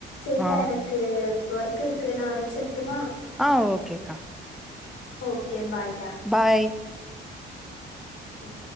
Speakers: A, on the left (about 80°); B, in the centre.
A: செரிடா
B: ஆ
A: எனக்கு ஒர்க் இருக்கு நா வெச்சர்ட்டுமா
B: ஆ ஓகே கா
A: ஓகே பாய்டா
B: பாய்
A: ம்